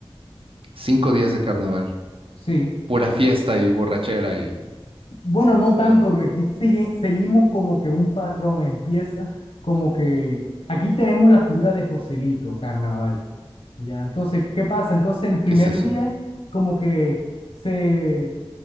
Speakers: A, on the right; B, on the left.
A: Cinco días de carnaval,
B: Sí.
A: pura fiesta y borrachera y...
B: Bueno, no
A: y
B: tanto,
A: todo lo que-
B: porque aquí sigue- seguimos como que un patrón empieza, como que aquí tenemos la figura de Joselito Carnaval, ¿ya? Entonces, ¿qué pasa? Entonces, el primer
A: ¿Qué es eso?
B: día, como que se,